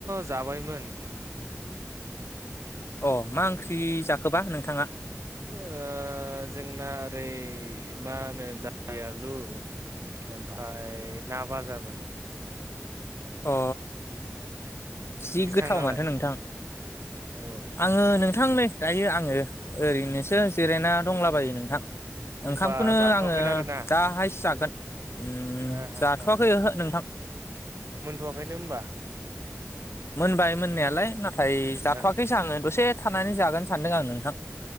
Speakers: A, on the right; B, on the left.
A: जाबायमोन
B: अ मा ओंख्रि जाखोबा नोंथाङा?
A: ओ जोंना ओरै मा होनो दालि-आलु ओमफ्राय ना बाजामोन।
B: अ जि
A: बिथांनालाय
B: गोथाव माथो नोंथां।
A: औ
B: आङो नोंथां <unintelligible> दायो आङो ओरैनोसो जिरायना दंलाबायो नोंथां।
A: होमबा
B: ओंखामखौनो
A: जाथ'वाखैनो
B: आङो
A: आरोना
B: दाहायसो जागोन। उम
A: ओ हो
B: जाथ'वाखै
A: हो
B: ओहो नोंथां
A: मोनथ'वाखैनो हमबा
B: मोनबाय मोननायालाय नाथाय जाथ'वाखैसो
A: ओ
B: आङो दसे थानानै जागोन सानदों आं नोंथां